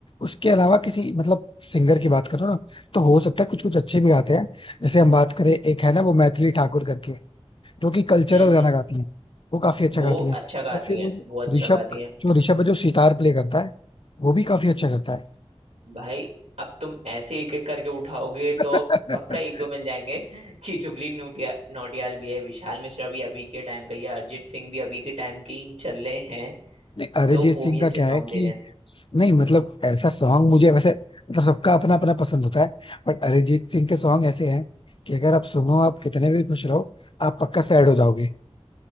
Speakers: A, on the left (about 50°); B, on the right (about 80°).
A: उसके अलावा किसी मतलब सिंगर की बात करो ना तो हो सकता है कुछ कुछ अच्छे भी गाते हैं जैसे हम बात करें एक है ना वो मैथिली ठाकुर करके जो कि कल्चरल
B: हम्म
A: गाना
B: हम्म
A: गाती है वो काफी अच्छा
B: वो
A: गाती है
B: अच्छा गाती
A: या फिर
B: हैं
A: वो जो
B: वो अच्छा
A: ऋषभ
B: गाती हैं
A: जो ऋषभ है जो सितार प्ले करता है वो भी काफी अच्छा करता
B: भाई अब तुम ऐसे एक एक करके उठाओगे
A: है
B: तो पक्का एक
A: <laughs>
B: दो मिल जाएंगे <laughs> कि जुबली नोटिया नौटियाल भी है विशाल मिश्रा भी अभी के टाइम का ही है अरिजीत सिंह भी अभी के टाइम के ही चल रहे हैं
A: नहीं अरिजीत
B: तो वो
A: सिंह
B: भी
A: का
B: अच्छे
A: क्या
B: सॉन्ग
A: है
B: दे
A: कि
B: रहे हैं
A: स- नहीं मतलब ऐसा सॉन्ग मुझे वैसे मतलब सबका अपना अपना पसंद होता है बट अरिजीत सिंह के सॉन्ग ऐसे हैं कि अगर आप सुनो आप कितने भी खुश रहो आप पक्का सैड हो जाओगे